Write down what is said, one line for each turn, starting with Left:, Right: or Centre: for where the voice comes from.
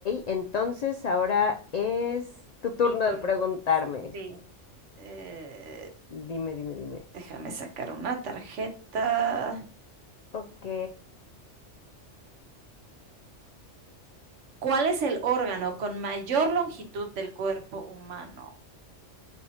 Left: entonces ahora es tu turno
Right: mi turno.
Left: de preguntarme.
Right: Sí. Eh,
Left: Dime, dime, dime.
Right: déjame sacar una tarjeta.
Left: Ok,
Right: ¿Cuál es el órgano con mayor longitud del cuerpo humano?